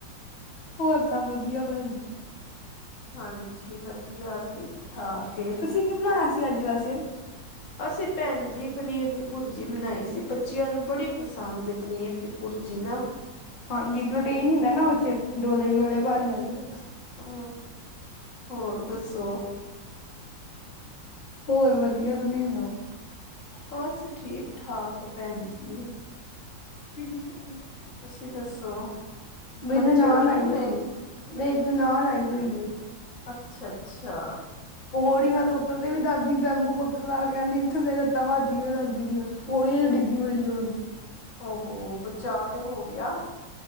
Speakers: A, on the left; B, on the left.
A: ਹੋਰ ਸਬ ਵਧੀਆ ਭੈਣ ਜ
B: ਹਾਂਜੀ ਵਧੀਆ ਠੀਕ ਠਾਕ ਹੈ
A: ਤੁਸੀਂ ਕੀ ਬਣਾਏਆ ਸੀ ਅੱਜ ਵੈਸੇ
B: ਅਸੀਂ ਭੈਣ ਜੀ ਪਨੀਰ ਦੀ ਪੁਰਜੀ ਬਣਾਈ ਸੀ ਬੱਚਿਆਂ ਨੂੰ ਬੜੀ ਪਸੰਦ ਏ ਪਨੀਰ ਦੀ ਪੁਰਜੀ ਨਾ।
A: ਹਾਂਜੀ ਪ੍ਰੋਟੀਨ ਹੁੰਦਾ ਨਾ ਉਦ 'ਚ ਡੋਲੇ ਸੋਲੇ ਬਣ ਜਾਂਦੇ।
B: ਹੂੰ, ਹੋਰ ਦੱਸੋ?
A: ਹੋਰ ਵਧੀਆ ਤੁਸੀਂ ਸੁਣਾਓ?
B: ਬਸ ਠੀਕ-ਠਾਕ ਏ ਭੈਣ ਜੀ।
A: <inaudible>
B: ਤੁਸੀਂ ਦੱਸੋ?
A: ਮੈ
B: ਬੱਚੇ
A: ਨਨਾਣ
B: ਠੀਕ
A: ਆਈ ਹੋਈ
B: ਨੇ?
A: ਏ, ਮੇਰੀ ਨਾਨਣ ਆਈ ਹੋਈ ਏ।
B: ਅੱਛਾ-ਅੱਛਾ।
A: ਪੋੜੀਆਂ ਤੋਂ ਉਤਰਦੀ ਵੀ ਦਾਦੀ ਬੈਂਬੂ ਗ ਤਲਾ ਕੇ ਕਹਿੰਦੀ ਵੀ ਥੱਲੇ ਲੱਤਾਂ ਵੱਜਦੀਆ ਦਾਦੀ ਦੀਆਂ ਪੌੜੀਆਂ 'ਚ ਡਿੱਗੀ ਬੜੀ ਜੋੋਰ ਦੀ।
B: ਓ ਹੋ ਬਚਾਅ ਤੇ ਹੋ ਗਿਆ?